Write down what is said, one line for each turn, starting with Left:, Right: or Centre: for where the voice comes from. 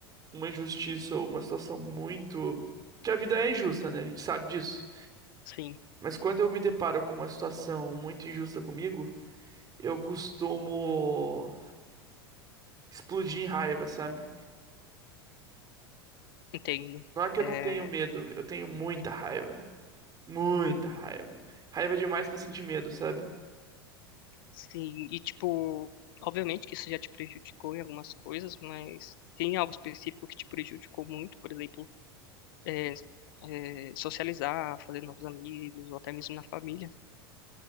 Right: uma injustiça ou uma situação muito. Que a vida é injusta, né? A gente sabe disso.
Left: Sim,
Right: Mas quando eu me deparo com uma situação muito injusta comigo. eu costumo explodir em raiva, sabe?
Left: entendo.
Right: Não é que eu
Left: Eh,
Right: não tenho medo, eu tenho muita raiva. Muita raiva. Raiva é demais pra sentir medo, sabe?
Left: Sim, e tipo, obviamente que isso já te prejudicou em algumas coisas, mas tem algo específico que te prejudicou muito, por exemplo, é, é, socializar, fazer novos amigos, ou até mesmo na família.